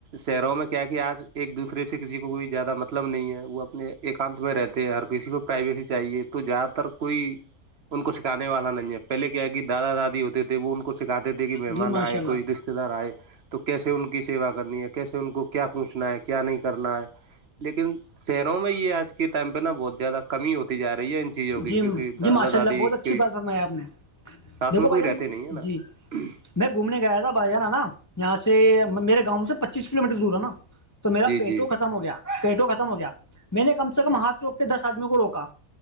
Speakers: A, on the right; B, on the left.
A: شہروں میں کیا کہ آج ایک دوسرے سے کسی کو کوئی زیادہ مطلب نہیں ہے وہ اپنے ایکانت میں رہتے ہیں ہر کسی کو پرائیویسی چاہیے تو زیادہ تر کوئی ان کو سکھانے والا نہیں ہے پہلے کیا کہ دادا دادی ہوتے تھے وہ ان کو سکھاتے تھے کہ مہمان
B: جی ماشاء
A: آئے
B: اللہ
A: کوئی رشتے دار آئے تو کیسے ان کی سیوا کرنی ہے کیسے ان کو کیا پوچھنا ہے کیا نہیں کرنا ہے لیکن شہروں میں یہ آج کے ٹائم پہ نا بہت زیادہ کمی ہوتی جا رہی رہیین <unintelligible> چیز ہوگی
B: جی
A: کیونکہ دادا
B: جی ماشاء
A: دادی
B: اللہ بہت اچھی
A: کے
B: بات فرمائی آپ نے
A: ساتھ
B: دیکھو
A: میں
B: بھائی
A: کوئی
B: جان
A: رہتے نہیں ہے نا
B: جی
A: ہوں <unintelligible>
B: میں گھومنے گ آیا تھا بھائی جانا نا یہاں سے میرے گاؤں سے پچیس کلو میٹر دور ہے نا تو میرا
A: جی
B: پیٹوں
A: جی
B: ختم ہو گیا پیٹوں ختم ہو گیا میں نے کم سے کم
A: جی
B: ہاتھ روک کے دس آدمیوں کو روکا